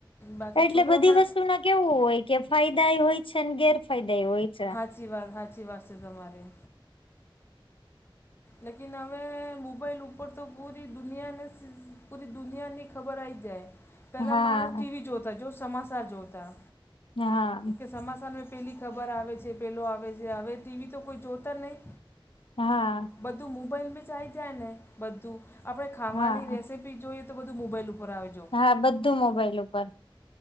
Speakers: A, on the left (about 25°); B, on the left (about 75°).
A: બાકી
B: એટલે
A: છોકરા
B: બધી
A: માટે
B: વસ્તુના. કેવું હોય કે ફાયદા એ હોય છે ને ગેરફાયદા એ હોય છે.
A: હાચી વાત હાચી વાત છે તમારી. લેકિન અમે મોબાઈલ ઉપર તો પૂરી દુનિયાને સ પૂરી દુનિયાને. ખબર આવી જાય પહેલાં
B: હા
A: માણસ ટીવી જોતા જો સમાચાર જોતા.
B: હા.
A: કે સમાચારમાં પેલી ખબર આવે છે પેલો આવે છે હવે ટીવી તો કોઈ જોતા જ નહીં.
B: હા.
A: બધું મોબાઈલ બી ચાઇ જાય ને બધું આપણે ખાવાની
B: હા
A: રેસીપી. જોઈએ તો બધુ મોબાઈલ ઉપર આવે જો.
B: હા બધું મોબાઈલ ઉપર.